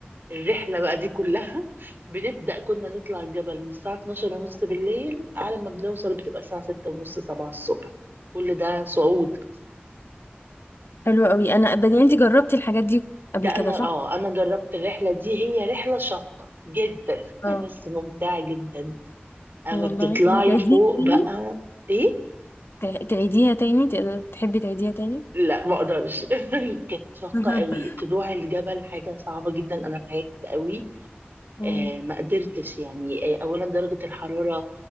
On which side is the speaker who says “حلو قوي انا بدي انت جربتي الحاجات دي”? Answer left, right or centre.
Left